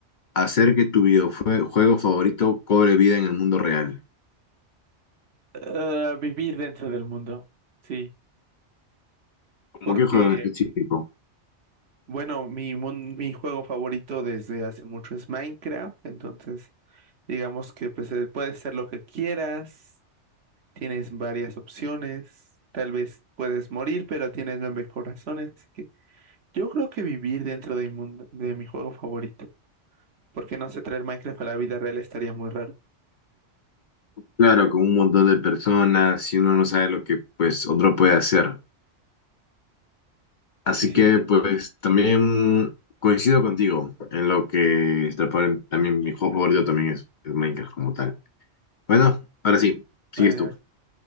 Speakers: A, on the left; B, on the right.
A: hacer que tu videojuego favorito cobre vida en el mundo real?
B: Ah, vivir dentro del mundo, sí,
A: ¿Cómo
B: porque,
A: qué juego en específico?
B: bueno, mi, mun- mi juego favorito desde hace mucho es Minecraft, entonces... Digamos que pues eh, puedes ser lo que quieras, tienes varias opciones, tal vez puedes morir, pero tienes nueve corazones, así que yo creo que vivir dentro de mi mundo, de mi juego favorito, porque no sé, traer Minecraft a la vida real estaría muy raro.
A: Claro, con un montón de personas, si uno no sabe lo que pues otro puede hacer. Así
B: Sí, sí,
A: que
B: sí.
A: pues también coincido contigo en lo que está por- también mi juego favorito también es, es Minecraft como tal. Bueno, ahora sí, sigues
B: Vale,
A: tú.